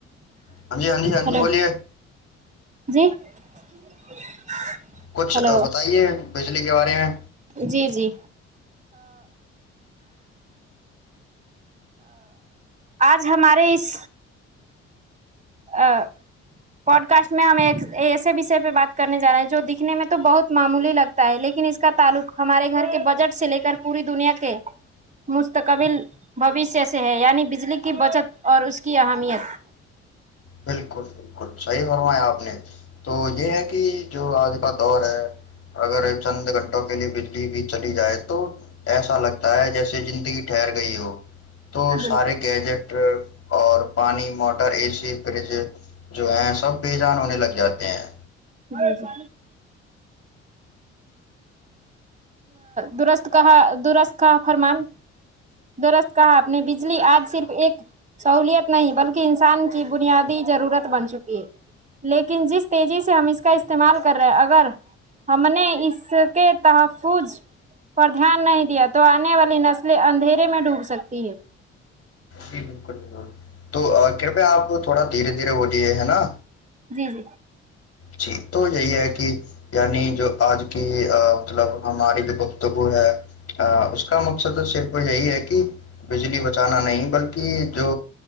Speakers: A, on the left; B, on the right.
A: ہاں جی ہاں جی ہاں
B: ہلو
A: جی بولیے
B: جی <inaudible>
A: کچھ
B: ہلو
A: بتائیے بجلی کے بارے میں
B: جی جی آج ہمارے اس آ پوڈ کاسٹ میں ہم ایک ایسے وشے پہ بات کرنے جا رہے ہیں جو دکھنے میں تو بہت معمولی لگتا ہے لیکن اس کا تعلق ہمارے گھر کے بجٹ سے لے کر پوری دنیا کے مستقبل بوشیہ سے ہے یعنی بجلی کی بچت اور اس کی اہمیت
A: بالکل بالکل صحیح فرمایا آپ نے تو یہ ہے کہ جو آج کا دور ہے اگر چند گھنٹوں کے لیے بجلی بھی چلی جائے تو ایسا لگتا ہے جیسے زندگی ٹھہر گئی ہو تو
B: بالکل
A: سارے گیجٹ اور پانی موٹر اے سی جو ہے سب بیےجان ہونے لگ جاتے ہیں
B: جی جی درست کہا درست کہا فرمان درست کہا اپ نے بجلی آج صرف ایک سہولیت نہیں بلکہ انسان کی بنیادی ضرورت بن چکی ہے لیکن جس تیزی سے ہم اس کا استعمال کر رہے ہیں اگر ہم نے اس کے تح فوج پر دھیان نہیں دیا تو آنے والی نسلیں اندھیرے میں ڈوب سکتی ہے
A: جی بالکل بالکل تو کرپیا آپ تھوڑا دھیرے دھیرے بلیے ہے نا
B: جی جی
A: جی تو یہی ہے کہ یعنی جو آج کی مطلب ہماری جو گفتگو ہے ا اس کا مقصد تو صرف یہی ہے کہ بجلی بچانا نہیں بلکہ جو